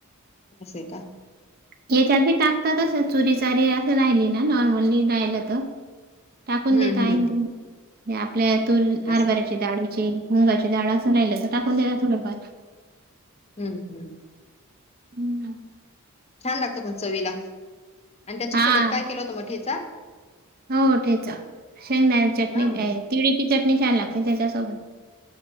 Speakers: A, on the left; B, on the right.
A: असय का!
B: तेचात बी टाकतात असं चुरी चारी असं राहिली ना नॉर्मली राहिलं तर टाकून
A: हम्म
B: देता
A: हम्म
B: आहे ना तुम्ही आपल्या ह्यातून हारबऱ्याची
A: असं
B: डाळीची मुंगाची डाळ असं राहिलं अस टाकून द्या ना थोडफार
A: हम्म हम्म
B: हम्म
A: छान लागत पण चवीला आणि त्याच्यासोबत
B: हा
A: काय केलं होतं मग ठेचा
B: हो ठेचा शेंगदाना चटणी
A: हा
B: काय तिळीची चटणी छान लागते त्याच्यासोबत